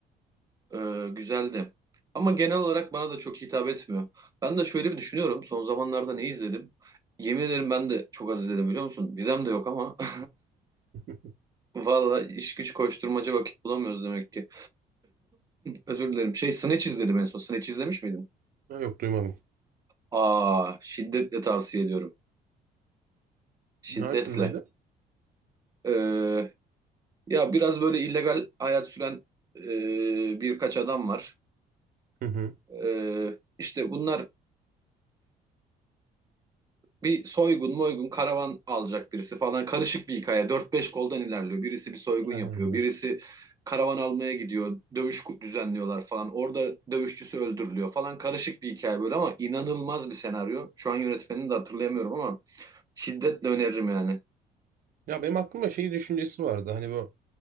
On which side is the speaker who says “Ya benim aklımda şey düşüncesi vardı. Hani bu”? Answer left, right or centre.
Right